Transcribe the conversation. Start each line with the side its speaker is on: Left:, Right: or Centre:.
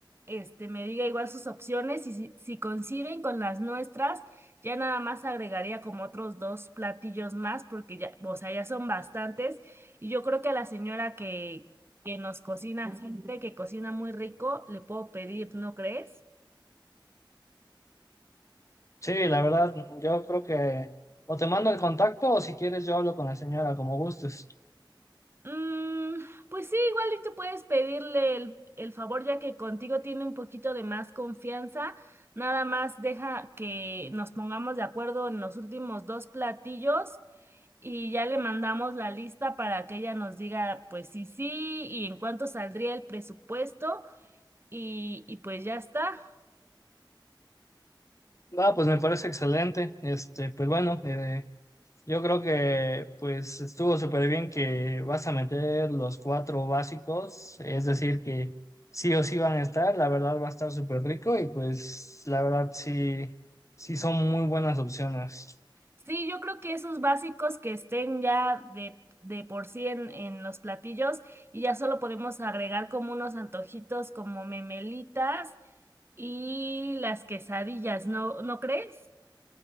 Right: este me diga igual sus opciones y si, si coinciden con las nuestras, ya nada más agregaría como otros dos platillos más porque ya, o sea, ya son bastantes y yo creo que a la señora que que nos cocina, gente que cocina muy rico, le puedo pedir, ¿no crees?
Left: Sí, la verdad, yo creo que o te mando el contacto o si quieres yo hablo con la señora, como gustes.
Right: Mm, pues sí, igual y tú puedes pedirle el, el favor ya que contigo tiene un poquito de más confianza. Nada más deja que nos pongamos de acuerdo en los últimos dos platillos y ya le mandamos la lista para que ella nos diga pues sí, sí y en cuánto saldría el presupuesto y, y pues ya está.
Left: Va, pues me parece excelente. Este, pues bueno, eh, Yo creo que pues estuvo súper bien que vas a meter los cuatro básicos, es decir, que sí o sí van a estar, la verdad va a estar súper rico y pues la verdad sí, sí son muy buenas opciones.
Right: Sí, yo creo que esos básicos que estén ya de, de por sí en, en los platillos y ya solo podemos agregar como unos antojitos como memelitas y las quesadillas, ¿no, no crees?